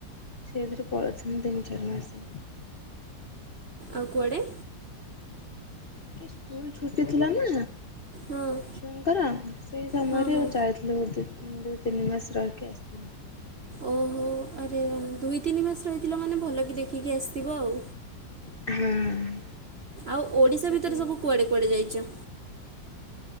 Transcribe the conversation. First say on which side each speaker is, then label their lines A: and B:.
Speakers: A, on the left; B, on the right.
A: ସେଇଥିରେ ପଳେଇଥିଲୁ ତିନ, ଚାରି ମାସେ।
B: ଆଉ କୁଆଡ଼େ?
A: ଏ ସ୍କୁଲ୍ ଛୁଟି ଥିଲା ନା
B: ହଁ
A: ଛୁଆଙ୍କର ସେଇ ସମୟରେ
B: ହଁ ହଁ
A: ଯାଇଥିଲୁ ବୋଧେ। ଦୁଇ, ତିନି ମାସେ ରହିକି ଆସିଥିନୁ।
B: ଓହୋ ଆରେ ଦୁଇ, ତିନି ମାସ ରହିଥିଲ ମାନେ ଭଲକି ଦେଖିକି ଆସିଥିବ ଆଉ।
A: ହଁ
B: ଆଉ ଓଡିଶା
A: ସେଠି
B: ଭିତରେ ସବୁ କୁଆଡେ କୁଆଡେ ଯାଇଚ?